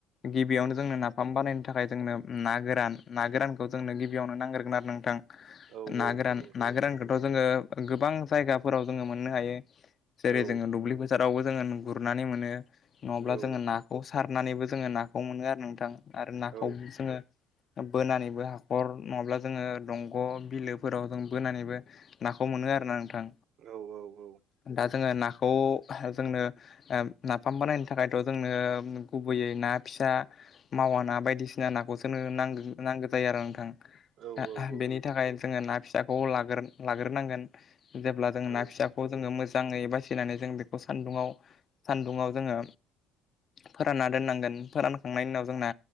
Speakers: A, on the left (about 45°); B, on the right (about 60°).
A: गिबियावनो
B: औ
A: जोंनो नाफाम बानायनो थाखाय जोंनो ना गोरान ना गोरानखौ जोंनो गिबियावनो नांग्रोगोन आरो नोंथां।
B: औ
A: ना
B: औ
A: गोरान
B: नंगौ नोंथां
A: ना गोरानखौथ' जोङो गोबां जायगाफोराव जोङो मोननो हायो। जेरै
B: औ
A: जोङो दुब्लि फोथारावबो जोङो गुरनानै मोनो। नङाब्ला
B: औ
A: जोङो नाखौ सार सारनानैबो जोङो नाखौ मोनो आरो नोंथां। आरो नाखौ
B: औ
A: जोङो बोनानैबो हाखर नङाब्ला जोङो दंग ग' बिलोफोराव जों बोनानैबो नाखौ मोनो आरोना। नोंथां
B: औ औ औ।
A: दा जोङो नाखौ जोंनो नाफाम बानायनो थाखायथ' जोंनो गुबैयै ना फि फिसा मावा ना बायदिसिना नाखौसोनो नांग्र- नांगौ जायो आरो नोंथां।
B: औ औ
A: बेनि
B: औ।
A: थाखाय जोङो ना फिसाखौ लागोर-लाग्रोनांगोन जेब्ला जोङो
B: औ
A: ना
B: औ
A: फिसाखौ जोङो मोज जाङै बासिनानै जों बेखौ सान्दुङाव- सान्दुङाव जोङो फोरानना दोननांगोन फोरानखांनायनि उनाव जोंना